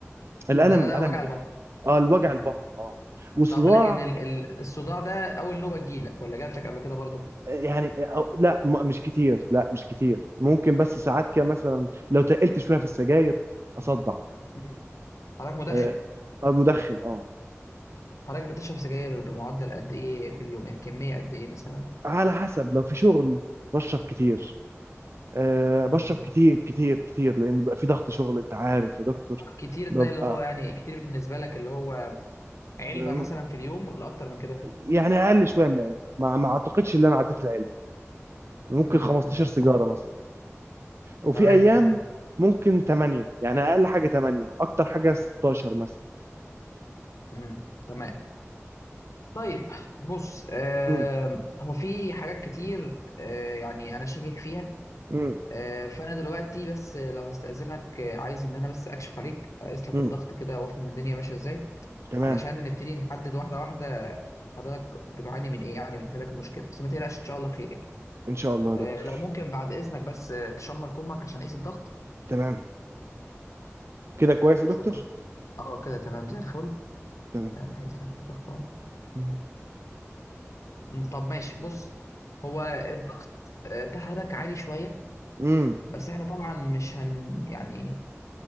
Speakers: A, on the right; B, on the left.
A: الالم
B: ده ده
A: الالم
B: وجع البطن
A: اه الوجع
B: مم.
A: البطن اه وصداع
B: طب لكن ال- ال- الصداع ده أول نوبة تجيلك ولا جاتلك قبل كده برضو
A: يعني أو لا م- مش كتير لا مش كتير ممكن بس ساعات كده مثلا لو تقلت شويه في السجاير اصدع
B: مم. حضرتك مدخن
A: آه آه، مدخن اه
B: حضرتك بتشرب سجاير بمعدل قد إيه في اليوم يعني كمية قد إيه مثلا
A: على حسب لو في شغل بشرب كتير آه،
B: مم.
A: بشرب كتير كتير كتير لان بيبقى في ضغط شغل انت عارف يا دكتور
B: كتير
A: ببقى
B: ده اللي هو يعني كتير بالنسبة لك اللي هو علبة
A: أم،
B: مثلا في اليوم ولا أكتر من كده
A: يعني اقل شويه من العلم ما ما اعتقدش ان انا عديت العلم ممكن
B: مم.
A: 15
B: مم. تمام
A: سيجاره مثلا وفي
B: تمام
A: ايام
B: تمام
A: ممكن 8 يعني اقل حاجه 8 واكتر حاجه 16 مثلا
B: مم. تمام طيب بص آه
A: امم
B: هو في حاجات كتير آه يعني انا شاكك فيها
A: امم
B: آه فانا دلوقتي بس لو هستأذنك آه، عايز ان انا بس اكشف عليك اقيس لك
A: امم
B: الضغط كده وافهم الدنيا ماشيه ازاي
A: تمام
B: علشان نبتدي نحدد واحده واحده حضرتك بتعاني من ايه يعني ونحل لك المشكله بس ما تقلقش ان شاء الله خير يعني
A: ان شاء الله يا
B: آه
A: دكتور
B: لو ممكن بعد اذنك بس آه، تشمر كمك عشان اقيس الضغط
A: تمام كده كويس يا دكتور
B: شكرا اه كده تمام زي الفل
A: تمام
B: انا هقيس لك الضغط اهو
A: امم
B: م. طب ماشي بص هو الضغط آه، بتاع حضرتك عالي شويه
A: امم
B: بس احنا طبعا مش هن يعني